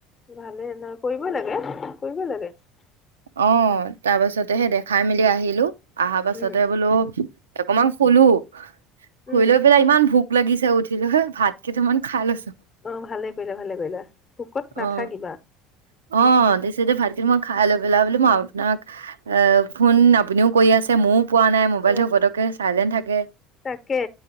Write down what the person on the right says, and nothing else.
অ তাৰ পাছতে হে দেখাই মেলি আহিলো আহা পাছতে
বুলো অকমান শুলো শুই
লৈ পেলাই ইমান ভোক লাগিছে উঠিলো লৈ ভাত কেইটামান খাই লৈছো
অ অ তাৰপিছতে ভাত কেইটামান মই খাই লৈ পেলাই বলো মই আপোনাক আহ ফোন আপুনিও কই আছে মও পোৱা নাই মোবাইলটো
পতকে চাইলেণ্ট থাকে